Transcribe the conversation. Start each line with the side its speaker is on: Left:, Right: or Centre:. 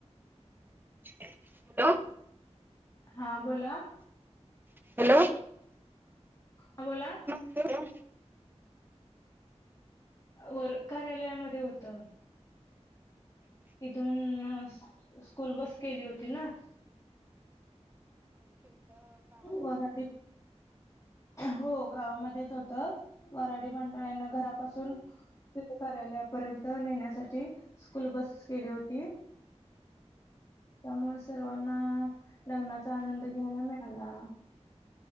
Right: हॅलो
Left: हा बोला.
Right: हॅलो.
Left: ह बोला.
Right: हो.
Left: वर कार्यालयामध्ये होतं. इथून स्कूल बस केली होती ना. वऱ्हाडी हो गावामध्येच होतं. वऱ्हाडी मंडळांनं घरापासून तिथं कार्यालयापर्यंत नेण्यासाठी, स्कूल बस केली होती. त्यामुळं सर्वांना लग्नाचा आनंद घ्यायला मिळाला.